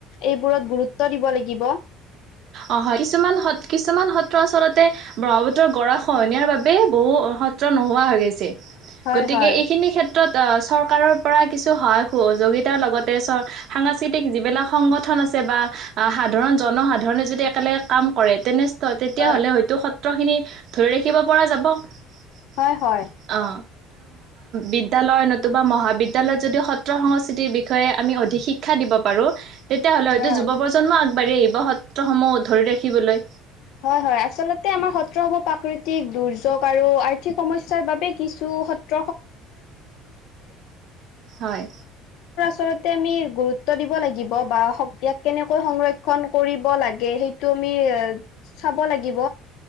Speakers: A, on the left; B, on the right.
A: এইবোৰত গুৰুত্ব দিব লাগিব।
B: অ হয় কিছুমান স। কিছুমান সত্ৰ আচল্ততে ব্ৰহ্মপুত্ৰৰ গৰা খহনীয়াৰ বাবে বহু সত্ৰ নোহোৱা হৈ গৈছে।
A: হয়
B: গতিকে
A: হয়
B: এইখিনি ক্ষেত্ৰত। ক্ষ্ৰত চৰকাৰৰ পৰা কিছু সহায় সহযোগিতাৰ লগতে সাংস্কৃতিক যিবিলাক সংগঠন। বা সাধাৰণ জনসাধাৰণে যদি একেলগে কাম কৰে তেনেস্থ তেতিয়াহ'লে
A: হয়
B: হয়ো স। ধ ৰাখ পৰা যাব অ।
A: হয় হয়
B: বিদ্যালয় নতুবা মহাবিদ্যালয়ত যদি সত্ৰ সংস্কৃতিৰ বিষয়ে আমি অধিক শিক্ষা দিব পাৰোঁ তেতিয়াহ'লে হয়তো
A: হয়।
B: যুৱ প্ৰজন্ম আগবাঢ়ি আহিব সত্ৰসমূহ ধৰি ৰাখিবলৈ
A: হয় হয় আচলতে আমাৰ সত্ৰ হ'ব প্ৰাকৃতিক দুৰ্যোগ আৰু আৰ্থিক সমস্য়াৰ বাবে কিছু <inaudible>
B: হয়
A: চ আমি গুৰুত্ব দিব লাগিব বা কেনেকৈ সংৰক্ষণ কৰিব লাগে সেইটো চাব লাগিব।